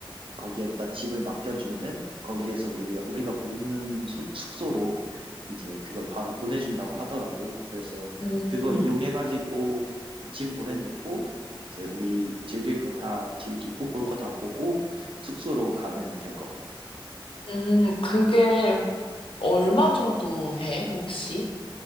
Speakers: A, on the right (about 70°); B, on the left (about 75°).
A: 거기에다 짐을 맡겨주면은 거기에서 우리가 우리가 묵는 숙, 숙소로 이제 그걸 바로 보내준다고 하더라고. 그래서
B: 음,
A: 그거 이용해가지고 짐 보내놓고 이제 우리 즐길 거 다 즐기고 볼 거 다 보고 숙소로 가면 될 것 같아.
B: 음, 그게 얼마 정도 해, 혹시?